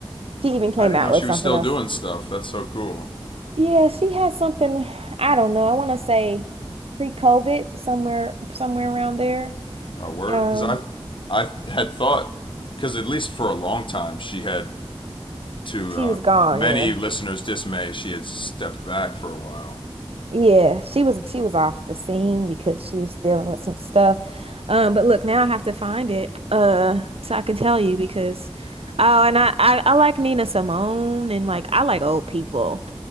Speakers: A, on the right; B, on the left.
A: she even came
B: I didn't
A: out
B: know
A: with
B: she
A: something
B: was still
A: else.
B: doing stuff. That's so cool.
A: Yeah, she has something. I don't know. I want to say pre-COVID, somewhere somewhere around there.
B: Oh, word,
A: Um,
B: because I, I had thought, because at least for a long time she had, to
A: She
B: uh,
A: was gone,
B: many
A: yeah.
B: listeners' dismay, she had stepped back for a while.
A: Yeah, she was she was off the scene because she was dealing with some stuff. Um, but look, now I have to find it uh so I can tell you because oh, and I I, I like Nina Simone and like I like old people.